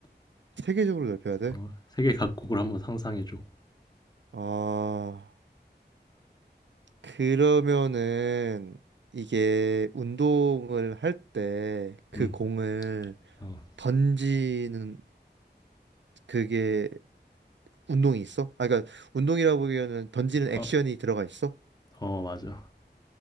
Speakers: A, on the right; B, on the left.
A: 세계적으로 넓혀야 돼?
B: 어, 세계 각국을 한번 상상해줘.
A: 아, 그러면은 이게 운동을 할 때 그
B: 음.
A: 공을
B: 어,
A: 던지는 그게 운동이 있어? 아, 그러니까 운동이라고 보기에는 던지는 액션이
B: 어,
A: 들어가 있어?
B: 어 맞아.